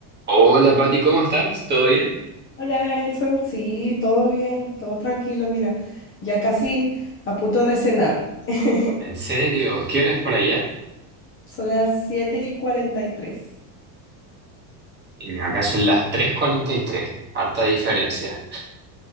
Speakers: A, on the right; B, on the left.
A: Hola Pati, ¿cómo estás? ¿Todo bien?
B: Hola Edson, sí, todo bien, todo tranquilo, mira, ya casi a punto de cenar. <laughs>
A: ¿En serio? ¿Qué hora es por allá?
B: Son las 7 y 43.
A: Y acá son las tres cuarenta y tres. Harta diferencia.